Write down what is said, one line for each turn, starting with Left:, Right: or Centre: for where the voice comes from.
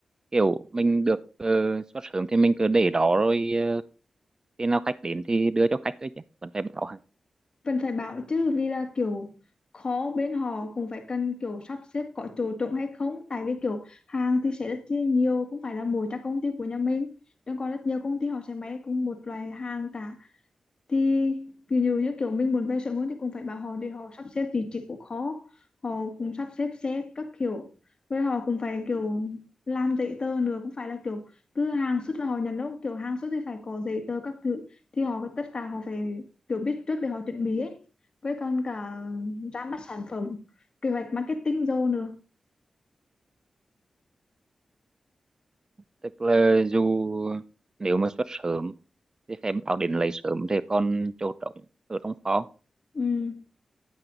Right: kiểu mình được ờ, xuất sớm thì mình cứ để đó rồi ờ, khi nào khách đến thì đưa cho khách thôi chứ vẫn phải bảo hả
Left: Vẫn phải bảo chứ vì là kiểu khó bên họ cũng phải cần kiểu sắp xếp có chỗ trống hay không tại vì kiểu hàng thì sẽ rất chi nhiều không phải là mỗi các công ty của nhà mình nhưng còn rất nhiều công ty họ sẽ may cùng một loại hàng cả thì ví dụ như kiểu mình muốn về sớm hơn thì cũng phải bảo họ để họ sắp xếp vị trí của khó họ cũng sắp xếp xe các kiểu với họ cũng phải kiểu làm giấy tờ nữa cũng phải là kiểu cứ hàng xuất là họ nhận đâu kiểu hàng xuất thì phải có giấy tờ các thứ thì họ tất cả họ phải kiểu biết trước để họ chuẩn bị ấy với còn cả ra mắt sản phẩm kế hoạch marketing rồi nữa
Right: tức là dù nếu mà xuất sớm thì phải bảo đến lấy sớm thì còn chỗ trống ở trong kho
Left: ừ.